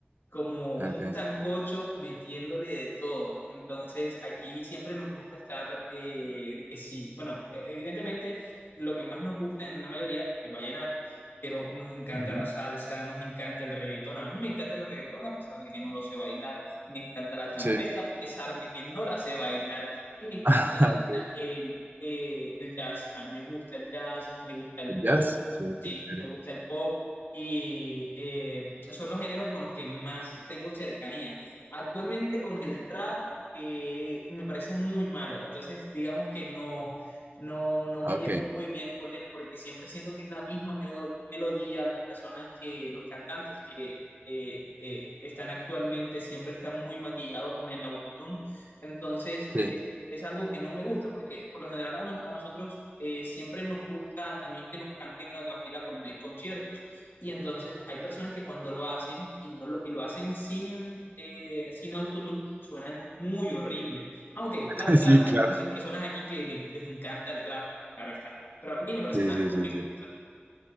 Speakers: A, on the left; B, on the right.
A: como un
B: Ok.
A: sancocho metiéndole de todo. Entonces, aquí siempre nos gusta estar, eh, que sí, bueno, eh, evidentemente lo que más nos gusta en la mayoría es el vallenato, pero nos encanta
B: Ujú.
A: la salsa, nos encanta el reggaetón. A mí me encanta el reggaetón a pesar de que no lo sé bailar, me encanta la champeta
B: Sí.
A: a pesar de que no la sé bailar, y me encanta
B: <laughs>
A: la-
B: ok.
A: la- el, eh, el jazz, a mí me gusta el jazz, me gusta el
B: ¿El
A: pop
B: Jazz. Sí,
A: Sí,
B: qué chévere.
A: me gusta el pop y eh, son los géneros con los que más tengo cercanía. Actualmente con el trap eh, me parece muy malo, entonces digamos que no, no, no
B: Ok.
A: me llevo muy bien con él porque siempre siento que es la misma melo- melodía, las personas que, los cantantes que eh, eh, están actualmente siempre están muy maquillados con el autotune, entonces
B: Sí.
A: es algo que no me gusta, porque por lo general a, nos- a nosotros eh, siempre nos gusta también que nos canten a capela cuando hay conciertos. Y entonces hay personas que cuando lo hacen y, no lo, y lo hacen sin, eh, sin autotune, suenan muy horrible. Aunque, claro
B: <laughs>
A: está,
B: Sí,
A: hay
B: claro.
A: muchas personas aquí que le- les encanta el trap, claro está. Pero a mí en lo personal
B: Sí, sí,
A: no
B: sí,
A: me
B: sí.
A: gusta.